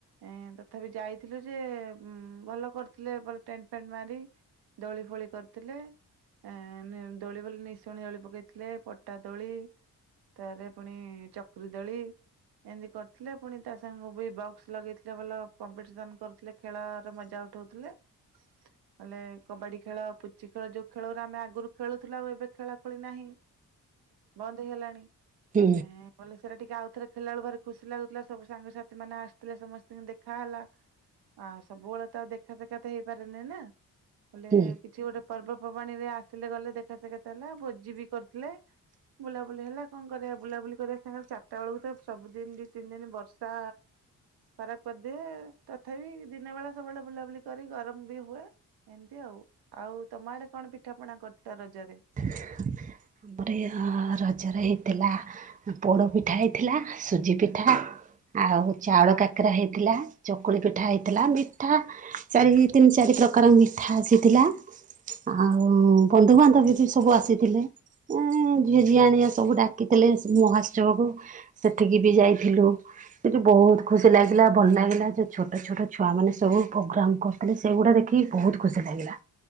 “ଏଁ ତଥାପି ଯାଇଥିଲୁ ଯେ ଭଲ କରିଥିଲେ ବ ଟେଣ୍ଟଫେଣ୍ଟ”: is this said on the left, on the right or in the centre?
Right